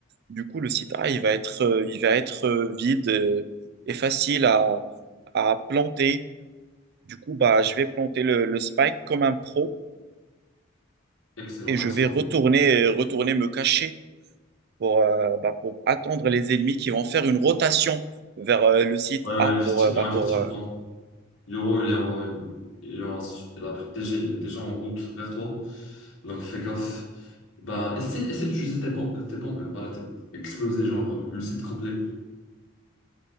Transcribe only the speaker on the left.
Excellent,
excellent.
Ouais, ouais,
effectivement,
effectivement.
Yoro, il est, en- il est en- il a- déjà, il est déjà en route vers toi. Donc fais gaffe. Ben, essaie, essaie d'utiliser tes bombes, tes bombes, voilà, t'es- exploser genre euh, le site complet.